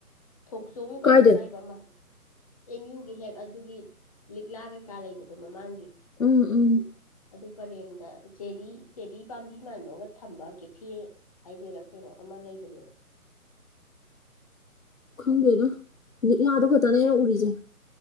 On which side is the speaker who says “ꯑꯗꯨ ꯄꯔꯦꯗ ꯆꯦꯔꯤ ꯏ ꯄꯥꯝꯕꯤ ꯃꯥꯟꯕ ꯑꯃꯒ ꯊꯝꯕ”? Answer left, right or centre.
Left